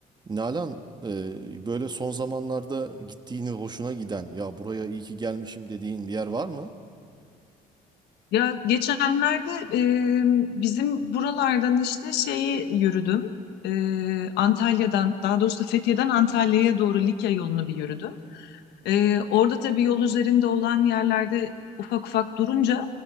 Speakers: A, on the right; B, on the left.
A: Nalan e, böyle son zamanlarda gittiğini hoşuna giden ya buraya iyi ki gelmişim dediğin bir yer var mı?
B: Ya geçenlerde e, bizim buralardan işte şeyi yürüdüm. E, Antalya'dan daha doğrusu Fethiye'den Antalya'ya doğru Likya yolunu bir yürüdüm. E, orada tabii yol üzerinde olan yerlerde ufak ufak durunca